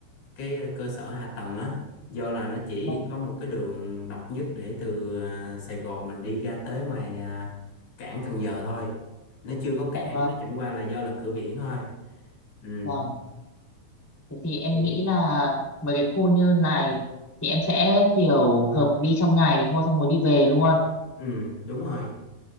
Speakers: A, on the left (about 70°); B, in the centre.
A: cái cơ sở hạ tầng á do là nó chỉ
B: Vâng,
A: có một cái đường độc nhất để từ à, Sài Gòn mình đi ra tới ngoài à, cảng Cần Giờ thôi nó chưa có cảng
B: dạ vâng,
A: nó chẳng qua là do là cửa biển thôi ừ,
B: vâng. Thế thì em
A: thì-
B: nghĩ là mấy cái khu như này thì em sẽ kiểu hợp đi trong ngày thôi xong rồi đi về luôn.
A: ừ đúng rồi